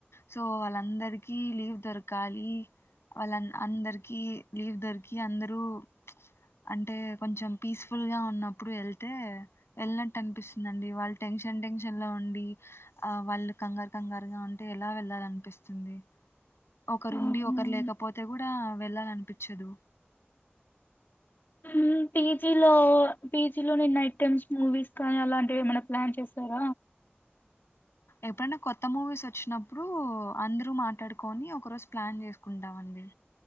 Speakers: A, on the left; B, on the left.
A: సో వాళ్ళందరికి లీవ్ దొరకాలి వాళ్ళ అందరికి లీవ్ దొరికి అందరు ప్చ్ అంటే కొంచెం పీస్ఫుల్ గా ఉన్న ఇప్పుడు వెళ్తే. వెళ్ళినట్టు అనిపిస్తుందండి వాళ్ళ టెన్షన్. టెన్షన్ టెన్షన్ లో ఉండి ఆ వాళ్ళు కంగారు కంగారు గా ఉంటే ఎలా వెళ్ళాలనిపిస్తుంది. ఒకరుండి
B: ఆహా
A: ఒకరు లేకపోతే కూడా వెళ్ళాలనిపించ్ చ్చదు.
B: ఉమ్ పీజీలో పీజిలో నేను నైట్ టైమ్స్ మూవీస్ కానీ అలాంటివి ఏమైనా ప్లాన్ చేశార.
A: ఎప్పుడైనా కొత్త మూవీస్ వచ్చినప్పుడు అందరూ మాట్లాడుకొని ఒక రోజు ప్లాన్ చేసుకుంటామండి.